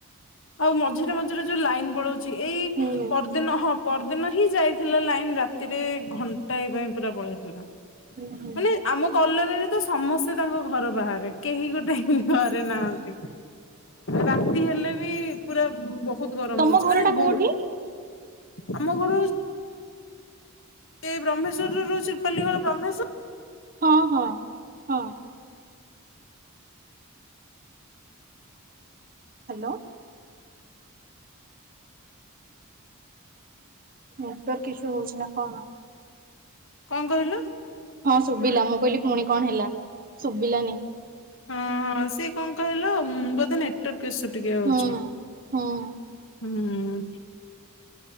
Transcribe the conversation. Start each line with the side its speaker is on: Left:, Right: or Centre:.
Left: ଆଉ ମଝିରେ ମଝିରେ ଯୋଉ ଲାଇନ ପଳଉଚି। ଚି ଏଇ
Right: ହୁଁ ହୁଁ
Left: ପର୍ଦ ଦିନ ହଁ ପରଦିନ ହିଁ ଯାଇଥିଲା ଲାଇନ ରାତିରେ ଘଣ୍ଟା ଏ ପାଇଁ ପୁରା ପଳେଇଥିଲା।
Right: ହୁଁ ହୁଁ।
Left: ମାନେ ଆମ କଲୋନୀରେ ତ ସମସ୍ତେ ତାଙ୍କ ଘର ବାହାରେ। କେହି ଗୋଟେ <unintelligible> ଘରେ ନାହାନ୍ତି ରାତି ହେଲେ ବି ପୁରା ବୋ ବହୁତ ଗରମ
Right: ତମ
Left: ହଉଛି
Right: ଘର
Left: ମାନେ
Right: ଟା
Left: ଗୁଲ୍
Right: କୋଉଠି?
Left: ଆମ ଘର ହ ଏ ବ୍ରହ୍ମେଶ୍ୱର ରେ ରହୁଚି ରୂପାଲି ଘର ବ୍ରହ୍ମେଶ୍ୱ
Right: ହଁ ହଁ ହଁ। ହାଲୋ। ନେଟୱାର୍କ ଇସୁ ହଉଚି ନା କଣ?
Left: କନ୍ କହିଲ?
Right: ହଁ ଶୁବିଲା ମୁଁ କହିଲି ପୁଣି କଣ ହେଲା ଶୁବିଲାନି।
Left: ହଁ ହଁ ସିଏ କଣ କହିଲ ଉଁ ବୋଧ ନେ ଟର୍କ ଇଶୁ ଟିକେ ହଉଚି
Right: ହୁଁ ହୁଁ।
Left: ହୁଁ।